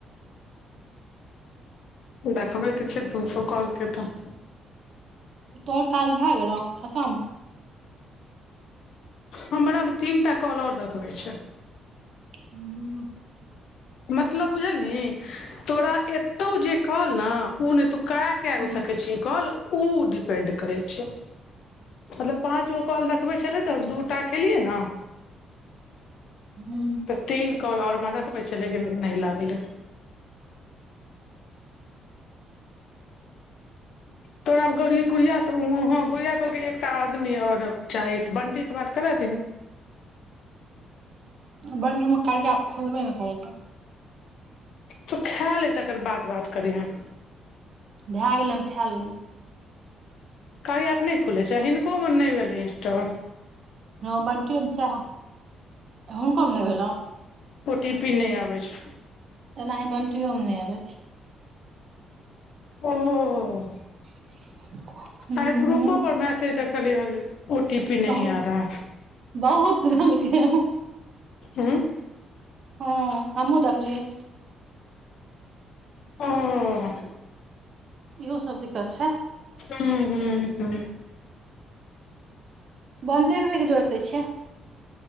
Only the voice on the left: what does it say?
देखब तऽ छै दू स कहलके तऽ
हमरा में तीन टा कॉल ओर देखबै छै
मतलब बुझलही तोरा एतौ जे कहल ने ओ नय तू क कऽ
सकै छीय काॅल उ डिपेन्ड करै छय मतलब पाँच गो कॉल देखबै छलै तऽ दूटा केलियै ना
तऽ तीन काॅल और में देखबै छय लेकिन नहि लागलै तोराब गड़ गुड़िया गुड़िया एकटा आदमी ओर चाही बंटी से बात करा देह
तो खैल है तकर बात बात करीहे
कार्या एप नहि खुलै छै हिनको मे नहि भेलै इंस्टोल
ओ टी पी नहि आबै छै
ह <unintelligible>
आई ग्रुपो पर मैसेज देखलियै हन जे ओ टी पी नही
आ रहा
ह
हू
हूँ हूँ हूँ